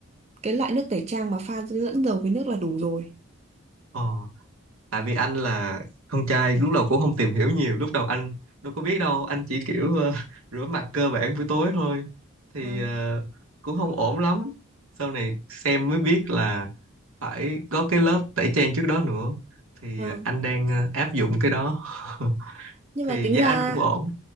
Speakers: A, on the right; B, on the right.
A: cái loại nước tẩy trang mà pha lẫn dầu với nước là đủ rồi
B: ờ tại vì anh là con trai lúc đầu cũng không tìm hiểu nhiều lúc đầu anh đâu có biết đâu anh chỉ kiểu ờ, <laughs> rửa mặt cơ bản buổi tối thôi thì
A: Vâng.
B: ờ, cũng không ổn lắm sau này xem mới biết là phải có cái lớp tẩy trang trước đó nữa thì
A: Vâng.
B: anh đang ờ, áp dụng cái đó <laughs>
A: nhưng
B: thì
A: mà tính
B: da
A: ra
B: anh cũng ổn